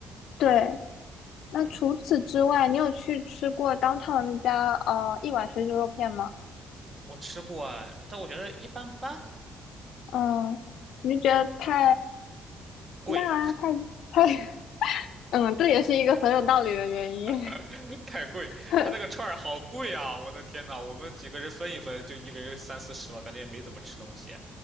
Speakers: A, on the left; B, on the right.
A: 对，那除此之外，
B: 嗯，
A: 你有去吃过当 o 的那家呃一碗水煮肉片吗？
B: 我吃过哎，但我觉得一般般，
A: 嗯，你就觉得太
B: 贵，
A: 辣啊，太太，<laughs> 嗯，这也是一个很有道理的原因。
B: <laughs> 太贵，
A: <laughs>
B: 他那个串儿好贵啊！我的天呐，我们几个人分一分就一个人三四十了，感觉也没怎么吃东西。